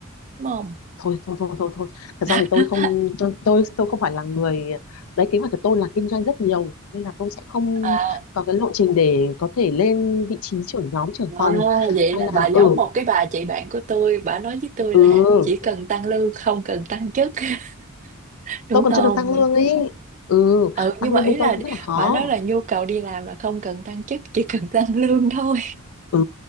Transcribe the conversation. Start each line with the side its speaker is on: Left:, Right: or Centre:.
Right: đúng không
Left: thôi thôi thôi thôi thôi thật
Right: <laughs>
Left: ra thì tôi không tôi tôi, tôi không phải là người đấy kế hoạch của tôi là kinh doanh rất nhiều nên là tôi sẽ không
Right: à
Left: có cái lộ trình để có thể lên vị trí trưởng nhóm trưởng
Right: À,
Left: phòng
Right: vậy
Left: hay
Right: là bà
Left: là
Right: giống
Left: ừ
Right: một cái bà chị bạn của tôi bà nói với tôi
Left: ừ
Right: là chỉ cần tăng lương không cần tăng chức <laughs> đúng
Left: tôi còn
Right: không
Left: chưa được tăng lương ấy ừ
Right: ừ nhưng
Left: tăng
Right: mà
Left: lương
Right: ý
Left: bên
Right: là
Left: tôi cũng rất là khó
Right: bà nói là nhu cầu đi làm là không cần tăng chức chỉ cần tăng <laughs> lương thôi
Left: ừ